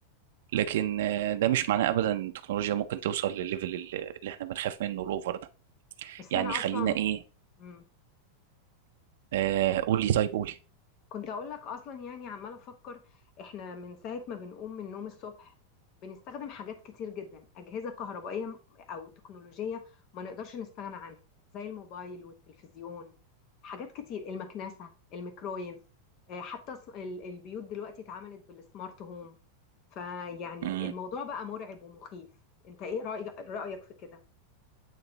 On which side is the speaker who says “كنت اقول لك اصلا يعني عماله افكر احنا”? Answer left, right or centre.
Left